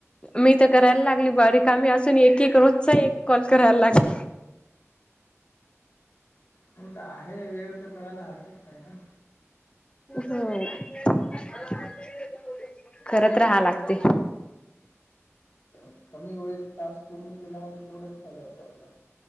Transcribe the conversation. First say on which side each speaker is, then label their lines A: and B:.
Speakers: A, on the left; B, on the left.
A: मी तर करायला लागली बारीक आम्ही असून एक एक रोजचा एक कॉल करायला लागली.
B: प तर आहे वेळ तर करायला हरकत नाही ना
A: होम <inaudible> खरत राहा लागते
B: कारण कमी वेळेत तास पूर्ण केल्यामुळे तेवढाच फायदा होत आपल्याला